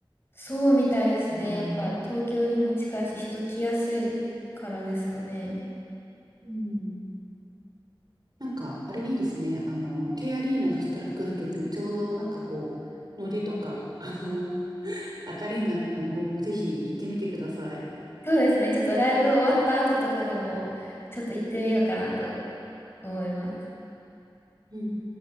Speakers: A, on the left; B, on the right.
A: そうみたいですね。
B: うん。
A: やっぱ東京にも近いし人来やすいからですかね。
B: うん。なんか、あれいいですね。あの、K アリーナそしたら来るときにちょうどなんかこう、野出とか、あの、赤レンガの方もぜひ行ってみてください。
A: そうですね。ちょっとライブ終わった後とかでもちょっと行ってみようかなと思います。
B: うん。